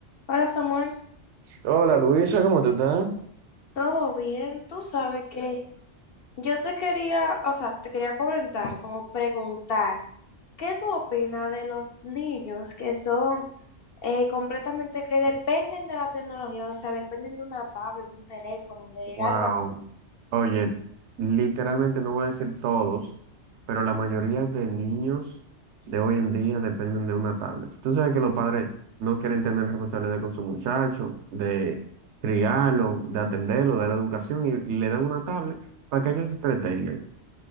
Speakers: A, on the left; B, on the right.
A: Hola Samuel,
B: Hola Luisa, ¿cómo tú estás?
A: ¿todo bien? Tú sabes que yo te quería, o sea, te quería comentar, como preguntar, ¿qué tú opinas de los niños que son eh, completamente, que dependen de la tecnología, o sea, dependen de una tablet, de un teléfono, de
B: Wow.
A: algo así?
B: Oye, literalmente no voy a decir todos, pero la mayoría de niños de hoy en día dependen de una tablet. Tú sabes que los padres no quieren tener responsabilidad con su muchacho, de criarlo, de atenderlo, de la educación, y, y le dan una tablet para que ellos se entretengan.